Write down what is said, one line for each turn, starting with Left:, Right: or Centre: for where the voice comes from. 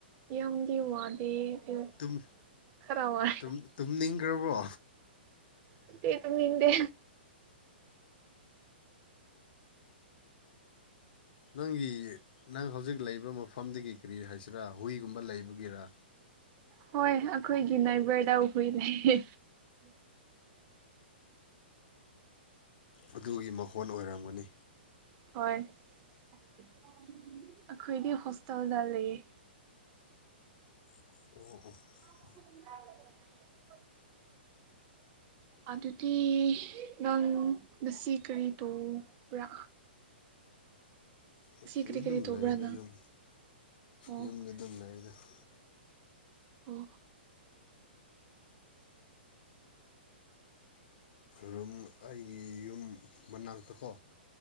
Right: ꯌꯥꯝꯗꯤ ꯋꯥꯗꯦ ꯑꯗꯨ
Left: ꯇꯨꯝ
Right: ꯈꯔ ꯋꯥꯏ
Left: ꯇꯨꯝ ꯇꯨꯝꯅꯤꯡꯈ꯭ꯔꯕꯣ
Right: ꯇꯨꯝꯗꯦ ꯇꯨꯝꯅꯤꯡꯗꯦ꯫
Left: ꯅꯪꯒꯤ ꯅꯪ ꯍꯧꯖꯤꯛ ꯂꯩꯕ ꯃꯐꯝꯗꯒꯤ ꯀꯔꯤ ꯍꯥꯏꯁꯤꯔꯥ ꯍꯨꯏꯒꯨꯝꯕ ꯂꯩꯕꯒꯤꯔ
Right: ꯍꯣꯏ ꯑꯈꯣꯏꯒꯤ ꯅꯥꯏꯕ꯭ꯔꯗꯥ ꯍꯨꯏ ꯂꯩꯌꯦ
Left: ꯑ ꯑꯗꯨꯒꯤ ꯃꯈꯣꯟ ꯑꯣꯏꯔꯝꯒꯅꯤ
Right: ꯍꯣꯏ ꯑꯩꯈꯣꯏꯗꯤ ꯍꯣꯁꯇꯦꯜꯗ ꯂꯩꯌꯦ
Left: ꯑꯣ ꯑꫭ
Right: <unintelligible> ꯑꯗꯨꯗꯤ ꯅꯪ ꯉꯁꯤ ꯀꯔꯤ ꯇꯧꯕ꯭ꯔꯥ
Left: ꯉꯁꯤ
Right: ꯀꯔꯤ
Left: ꯑꯗꯨꯝ
Right: ꯀꯔꯤ ꯇꯧꯕ꯭ꯔꯥ
Left: ꯂꯩꯗ
Right: ꯅꯪ
Left: ꯌꯨꯝ
Right: ꯑꯣ
Left: ꯌꯨꯝꯗ ꯑꯗꯨꯝ ꯂꯩꯗ <unintelligible>
Right: ꯑꯣ
Left: ꯔꯨꯝ ꯑꯩꯒꯤ ꯌꯨꯝ ꯃꯅꯥꯛꯇꯀꯣ